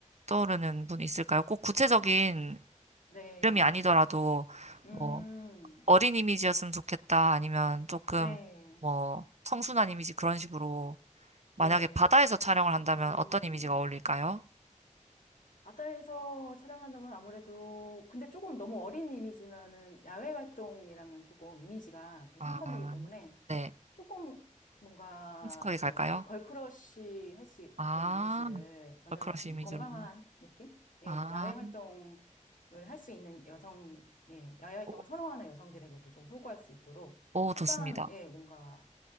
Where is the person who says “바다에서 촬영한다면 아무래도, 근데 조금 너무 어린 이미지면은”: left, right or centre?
Left